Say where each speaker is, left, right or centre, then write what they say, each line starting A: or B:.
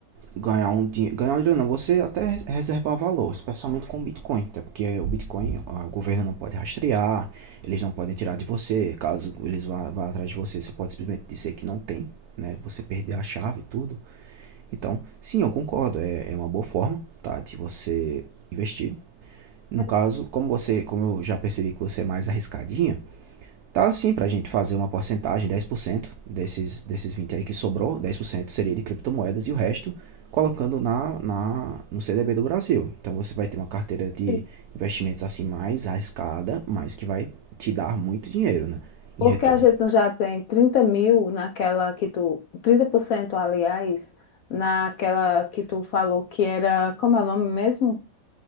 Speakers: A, on the right (about 70°); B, on the left (about 70°).
A: ganhar um dinheiro. Ganhar um dinheiro não, você até reservar valor, especialmente com o Bitcoin, até porque o Bitcoin o governo não pode rastrear, eles não podem tirar de você. Caso eles vá, vá atrás de você, você pode simplesmente dizer que não tem, né? Você perder a chave e tudo. Então, sim, eu concordo, é, é uma boa forma, tá, de você investir. No
B: Mas,
A: caso, como você, como eu já percebi que você é mais arriscadinha, tá sim pra gente fazer uma porcentagem, 10% desses desses 20 aí que sobrou, 10% seria de criptomoedas e o resto colocando na, na no CDB do Brasil. Então você vai ter uma carteira de
B: sim,
A: investimentos assim mais arriscada, mas que vai te dar muito dinheiro, né, em
B: Porque
A: retorno.
B: a gente não já tem trinta mil naquela que tu. trinta por cento aliás, naquela que tu falou que era. Como é o nome mesmo?